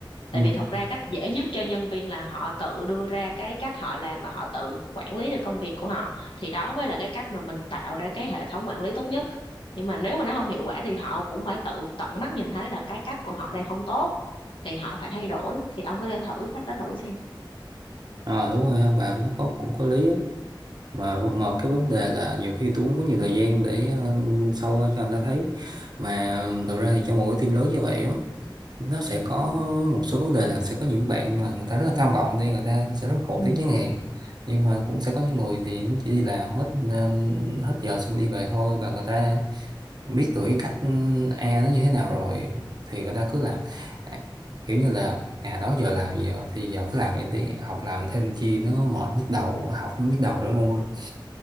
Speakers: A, on the left; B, on the right.
A: tại
B: ừ.
A: vì thật ra cách dễ nhất cho nhân viên là họ tự đưa ra cái cách họ làm và họ tự quản lý được công việc của họ thì đó mới là cái cách mà mình tạo ra cái hệ thống quản lý tốt nhất nhưng mà nếu mà nó không hiệu quả thì họ cũng phải tự tận mắt nhìn thấy là cái cách của họ đang không tốt thì họ phải thay đổi thì ông có thể thử cách đó thử xem
B: à đúng rồi ha, bạn nó có cũng có lý á. mà mà cái vấn đề là nhiều khi tôi cũng có nhiều thời gian để ờ, sâu ra cho anh ta thấy mà thực ra thì trong một cái team lớn như vậy á nó sẽ có một số vấn đề là sẽ có những bạn mà người ta rất là tham vọng đi người ta sẽ rất là khổ
A: Ừ.
B: tiếng chẳng hạn nhưng mà cũng sẽ có những người thì chỉ đi làm hết ờ, hết giờ xong đi về thôi và người ta biết được cái cách ừ, A nó như thế nào rồi thì người ta cứ làm à, kiểu như là à đó giờ làm gì rồi thì giờ cứ làm vậy đi học làm thêm chi nó mệt nhức đầu học cũng nhức đầu đúng không